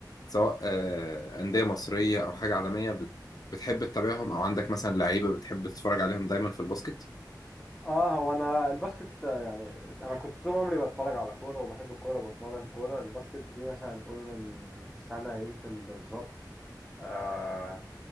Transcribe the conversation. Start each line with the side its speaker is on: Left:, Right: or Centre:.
Left: سواء آه أندية مصرية او حاجة عالمية بت- بتحب تتابعهم او عندك مثلا لعيبة بتحب تتفرج عليهم دايما في الباسكت
Centre: اه هو انا الباسكت آه، يعني انا كنت طول عمري بتفرج على كوره وبحب الكوره وبتمرن كوره الباسكت دي مثلا نقول من سنه يمكن بالظبط آه